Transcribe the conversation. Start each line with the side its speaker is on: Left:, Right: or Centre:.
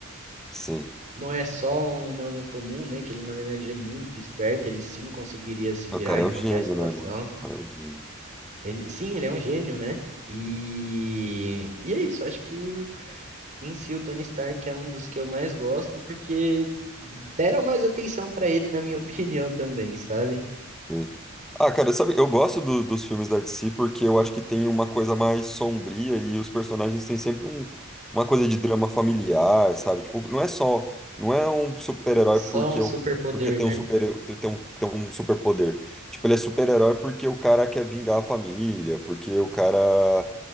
Centre: sim.
Right: não é só um humano comum, né? Que ele, na verdade, é muito esperto, ele sim conseguiria se virar
Centre: O cara
Right: em
Centre: é um
Right: qualquer
Centre: gênio,
Right: situação.
Centre: né, mano? O cara é um gênio.
Right: Ele, sim, ele é um gênio, né? E, e é isso, acho que o- em si o Tony Stark é um dos que eu mais gosto, porque deram mais atenção pra ele, na minha <laughs> opinião, também, sabe?
Centre: Sim. Ah, cara, sabe, eu gosto do- dos filmes da DC porque eu acho que tem uma coisa mais sombria e os personagens têm sempre um, uma coisa de drama familiar, sabe? Tipo, não é só, não é um super-herói
Right: Só
Centre: porque
Right: um superpoder,
Centre: o porque tem
Right: né?
Centre: um super tem um, tem um superpoder. Tipo, ele é super-herói porque o cara quer vingar a família, porque o cara